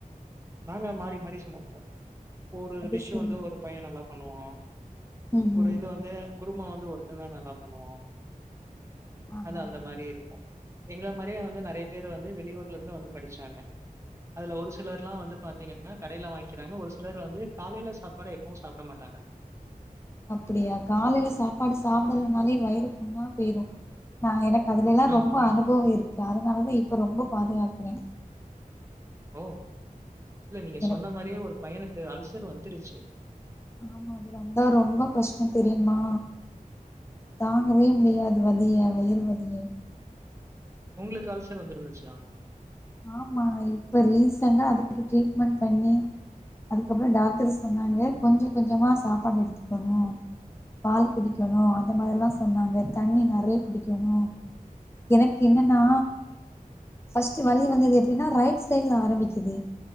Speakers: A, on the right; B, on the left.
A: நாங்க மாறி மாறி சமப்போ ஒரு
B: அது
A: டிஷ்
B: சரி
A: வந்து ஒரு பைய நல்லா பண்ணுவோ
B: ம்
A: ஒரு
B: ம்
A: இது வந்து குருமா வந்து ஒருத்தந்தா நல்லா பண்ணுவோ
B: ஆஹா
A: அது அந்த மாரி இருக்கு எங்க ள மாரியே வந்து நெறைய பேர் வந்து வெளியூர்ல இருந்து வந்து படிச்சாங்க அதுல ஒரு சிலர்லா வந்து பாத்திங்கன்னா கடைல வாங்க்கிறங்க ஒரு சிலர் வந்து காலைல சாப் பாடு எப்பவு சாப்ட மாட் டாங்க
B: அப்படியா காலைல சாப்பாடு சாப்படலனாலே வயிறு புண்ணா போயுரு நா எனக் கு அதுலெலா ரொம்ப
A: ஆமா.
B: அனுபவ இருக் கு அதனாலதா இப்ப ரொம்ப பாதுகாக்கறே
A: ஓ இல்ல நீங்க
B: எனக்கு
A: சொன்ன மாரியே ஒரு பையனுக் அல்சர் வந்துருச்சு
B: ஆமா அது வந்தா ரொம்ப கஷ்டம் தெரியுமா தாங்கவே முடியாது வலிய வயறு வலிய
A: உங்களுக்கு அல்சர் வந்திருந்துச்சியா
B: ஆமா இப்ப ரீசென்டா அதுக்கு ட்ரீட்மெண்ட் பண்ணி அதுக்கப்புறம் டாக்டர் சொன்னாங்க கொஞ்சம் கொஞ்சமா சாப்பாடு எடுத்துக்கணும் பால் குடிக்கணும் அந்த மாதிரில்லாம் சொன்னாங்க தண்ணி நிறைய குடிக்கணும் எனக்கு என்னன்னா பர்ஸ்ட் வலி வந்தது எப்படின்னா ரைட் சைட்ல ஆரம்பிக்குது